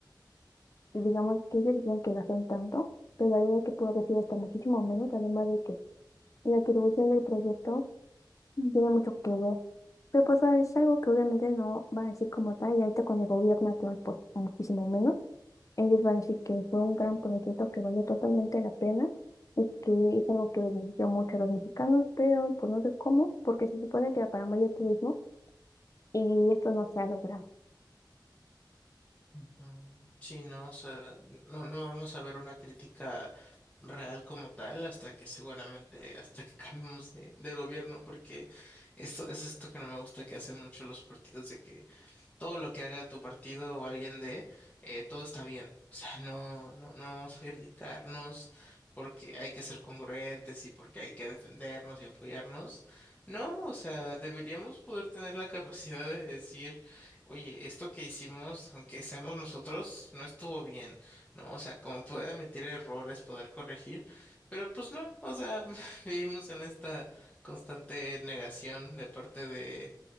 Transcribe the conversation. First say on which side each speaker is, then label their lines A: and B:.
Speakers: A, on the left; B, on the left.
A: Y digamos que ellos dijeron que gastaron tanto, pero la verdad es que pudo haber sido hasta muchísimo menos, además de que en la atribución del proyecto tiene mucho que ver. Pero pues ah, es algo que obviamente no van a decir como tal, y ahorita con el gobierno actual, pues muchísimo menos. Ellos van a decir que fue un gran proyecto que valió totalmente la pena y que es algo que benefició mucho a los mexicanos, pero pues no sé cómo, porque se supone que era para mayor turismo y esto no se ha logrado.
B: Ujú. Sí, no, o sea, no, no vamos a ver una crítica real como tal hasta que seguramente, hasta que <laughs> cambiemos de, de gobierno, porque esto es esto que no me gusta que hacen mucho los partidos de que todo lo que haga tu partido o alguien de, eh, todo está bien. O sea, no, no, no vamos a criticarnos porque hay que ser congruentes y porque hay que defendernos y apoyarnos. No, o sea, deberíamos poder tener la capacidad de decir, oye, esto que hicimos, aunque seamos nosotros, no estuvo bien, ¿no? O sea, como poder admitir errores, poder corregir, pero pues no, o sea, <laughs> vivimos en esta constante negación de parte de